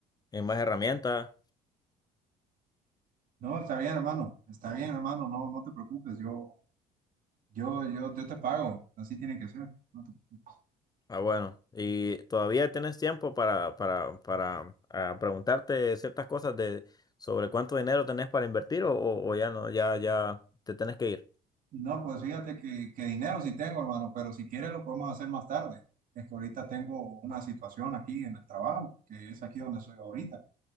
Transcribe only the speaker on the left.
en más herramientas.
Ah, bueno, y todavía tienes tiempo para, para, para ah, preguntarte ciertas cosas de sobre cuánto dinero tenés para invertir o, o- o ya no, ya, ya te tenés que ir.